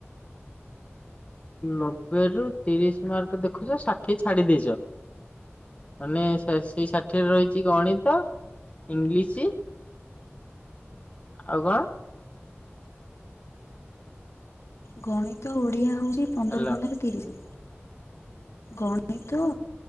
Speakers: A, on the left (about 30°); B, on the left (about 85°).
A: ନବେ ରୁ ତିରିଶ ମାର୍କ ଦେଖୁଛ ଷାଠିଏ ଛାଡି ଦେଇଛ? ମାନେ ସା ସେଇ ଷାଠିଏରେ ରହି ଛି ଗଣିତ ଇଂଲିଶ ଆଉ କଣ?
B: ଗଣିତ ଓଡ଼ିଆ ହେଉଛି ପନ୍ଦର
A: ହ୍ୟାଲୋ
B: ପନ୍ଦର ତିରିଶ। ଗଣିତ